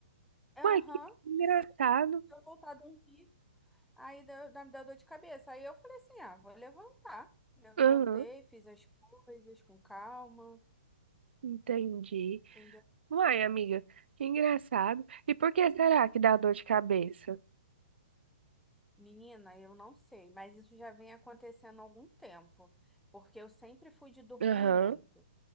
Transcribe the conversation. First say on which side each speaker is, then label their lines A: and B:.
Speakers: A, in the centre; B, on the right.
A: Aham,
B: Uai, que que engraçado.
A: Se se eu voltar a dormir, aí dá, dá- me dá dor de cabeça. Aí eu falei assim: ah, vou levantar. Levantei,
B: Aham,
A: fiz as coisas com calma.
B: entendi.
A: entendeu?
B: Uai, amiga, que engraçado. E por que será que dá dor de cabeça?
A: Menina, eu não sei, mas isso já vem acontecendo há algum tempo, porque eu sempre fui de dormir
B: Aham,
A: muito.